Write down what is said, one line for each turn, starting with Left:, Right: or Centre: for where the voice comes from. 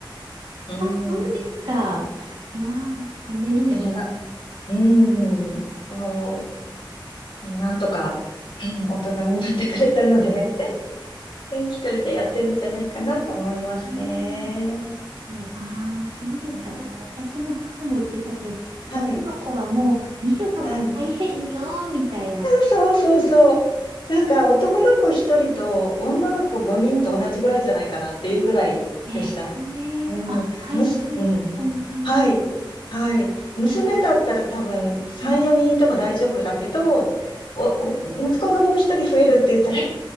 Left: うーん。
Right: あ、そうですか。わあ、エネルギー。
Left: でもな、うーん、そう。でもなんとか、うん大人になってくれたので、<laughs> 一人でやってるんじゃないかなと思いますね。
Right: うんね、ああ、そうですか。
Left: うん
Right: なんか私の母も言ってたけど、男の子はもう見るのが大変よ、
Left: はい、はい。
Right: みたいなこと。
Left: そうそうそう。
Right: そうそう
Left: なんか男の子一人と女の子五人と同じぐらいじゃないかなっていうぐらいでした。
Right: えーねーあ、
Left: うん。
Right: 体感、
Left: むす、うん。
Right: そんな感じ。
Left: はい。はい。娘だったら多分3、
Right: うん。
Left: 4人いても大丈夫だけど、お、お、息子がもう一人増えるって言ったら、えい